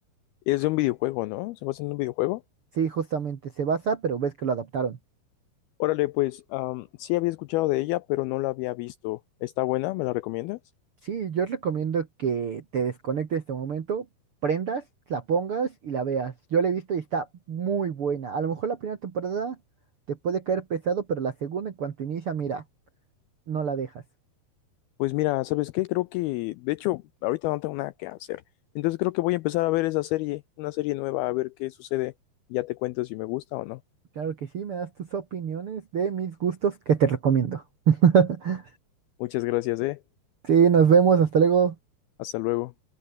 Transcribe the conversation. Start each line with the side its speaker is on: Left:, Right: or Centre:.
Left: es de un videojuego, ¿no? Se basa en un videojuego.
Right: Sí, justamente se basa, pero ves que lo adaptaron.
Left: Órale, pues am, sí había escuchado de ella, pero no la había visto. ¿Está buena? ¿Me la recomiendas?
Right: Sí, yo recomiendo que te desconectes de este momento, prendas, la pongas y la veas. Yo la he visto y está muy buena. A lo mejor la primera temporada te puede caer pesado, pero la segunda, en cuanto inicia, mira, no la dejas.
Left: Pues mira, ¿sabes qué? Creo que, de hecho, ahorita no tengo nada que hacer. Entonces creo que voy a empezar a ver esa serie, una serie nueva, a ver qué sucede. Ya te cuento si me gusta o no.
Right: Claro que sí, me das tus opiniones de mis gustos que te recomiendo. <laughs>
Left: Muchas gracias, eh.
Right: Sí, nos vemos, hasta luego.
Left: Hasta luego.